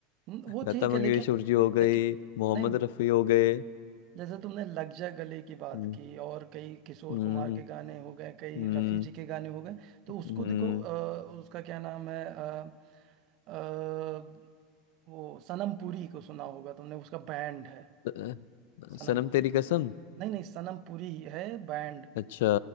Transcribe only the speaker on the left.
लता
मंगेशकर
जी हो गई
मोहम्मद
रफी हो गए
हम्म
हम्म
हम्म,
हम्म,
त-
सनम
तेरी कसम
अच्छा